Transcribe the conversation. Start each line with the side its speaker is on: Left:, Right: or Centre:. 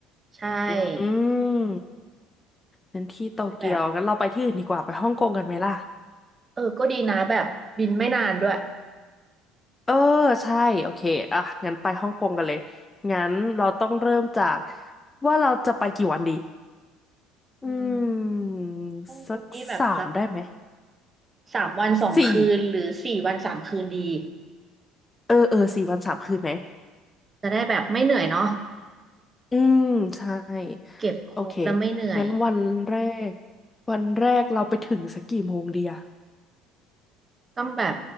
Right: ใช่
Left: อืมงั้นที่โตเกียวงั้นเราไปที่อื่นดีกว่าไปฮ่องกงกันไหมล่ะ
Right: ก็เลยแบบเออก็ดีนะแบบบินไม่นานด้วย
Left: เออใช่โอเคอ่ะงั้นไปฮ่องกงกันเลย งั้นเราต้องเริ่มจากว่าเราจะไปกี่วันดี อื
Right: อืม
Left: ม
Right: ฮ่องกงนี่แบบสัก
Left: สักสามได้ไหม
Right: สามวันสองคืนหรือสี่วันสามคืนดี
Left: สี่เออเออสี่วันสามคืนไหม
Right: จะได้แบบไม่เหนื่อยเนาะ
Left: อืมใช่
Right: เก็บครบแล้วไม่เหนื่อย
Left: โอเคงั้นวันแรกวันแรกเราไปถึงสักกี่โมงดีอะ
Right: ต้องแบบ